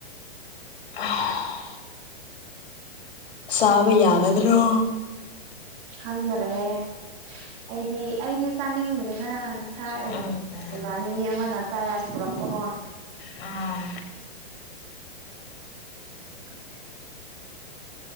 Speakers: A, on the left; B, on the right.
A: <unintelligible> ꯆꯥꯕ ꯌꯥꯒꯗ꯭ꯔꯣ
B: ꯈꯪꯗꯔꯍꯦ ꯑꯩꯗꯤ ꯑꯩꯗꯤ ꯆꯥꯅꯤꯡꯗ꯭ꯔꯦꯗ ꯉꯁꯥꯏ
A: ꯎꯝ ꯎꯝ
B: ꯏꯃꯥꯅꯕꯤ ꯑꯃꯅ ꯐꯔꯥꯏꯔꯥꯏꯁ ꯄꯨꯔꯛꯄ ꯀꯣ
A: ꯑꯥ
B: <unintelligible>